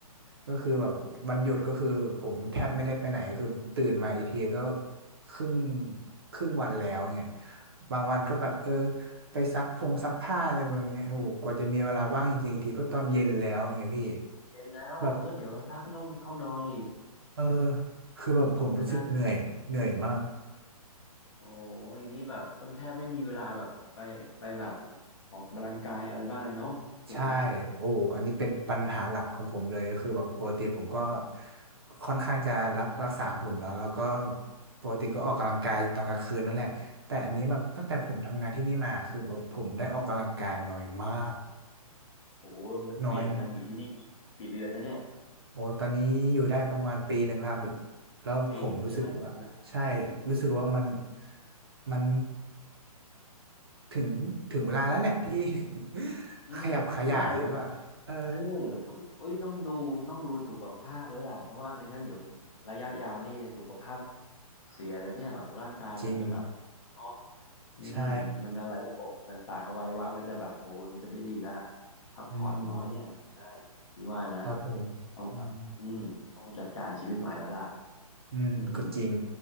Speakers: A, on the right (about 40°); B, on the left (about 50°).
A: ก็คือแบบวันหยุดก็คือผมแทบไม่ได้ไปไหนคือตื่นมาอีกทีก็
B: โอ้โห
A: ครึ่งครึ่งวันแล้วเนี่ยบางวันก็แบบเออไปซักพงซักผ้าอะไรแบบเนี้ยโอ้โหกว่าจะมีเวลาว่างจริงๆอีกทีก็ตอนเย็นแล้วเงี้ยพี่
B: เย็นแล้วแล้วก็เดี๋ยวสักพักก็ต้องเข้านอนอีก
A: แบบเออคือแบบผมรู้สึกเหนื่อยเหนื่อยมาก
B: เวลาโอ้โหอย่างนี้แบบก็แทบไม่มีเวลาแบบไปไปแบบออกกำลังกายอะไรบ้างเลยเนาะถูกไหม
A: ใช่โอ้อันนี้เป็นปัญหาหลักของผมเลยคือแบบปกติผมก็ค่อนข้างจะรักรักษาหุ่นเนาะแล้วก็ปกติก็ออกกำลังกายตอนกลางคืนนั่นแหละแต่อันนี้แบบตั้งแต่ผมทำงานที่นี่มาคือแบบผมได้ออกกำลังกายน้อยมาก
B: อืม โอ้ยมันเปลี่ยนงานอยู่ที่นี่กี่กี่เดือนแล้วเนี่ย
A: น้อยมากโอ้ตอนนี้อยู่ได้ประมาณปีหนึ่งครับแล้วผมรู้สึกว่าใช่
B: ปีนงใช่ไหมโอ้โห
A: รู้สึกว่ามันมันถึงถึงเวลาแล้วแหละที่ <laughs>
B: อืมพี่ว่านะ
A: ขยับขยายดีกว่าเออ
B: เออต้องเอ้ยต้องดูต้องดูสุขภาพแล้วล่ะเพราะว่าไม่งั้นเดี๋ยวระยะยาวนี่สุขภาพเสียแล้วเนี่ยแบบร่างกายมันจะแบบ
A: จริง
B: เนาะอืมมันอะไรระบบต่างๆเอาไว้ว่ามันจะแบบโอ้ยมันจะไม่ดีละ
A: ใช่
B: พักผ่อนน้อยเนี่ยใช่
A: อืม
B: พี่ว่านะ
A: ครับผมอืม
B: ต้องแบบอืมต้องจัดการชีวิตใหม่แล้วล่ะ
A: อืมก็จริง
B: อืม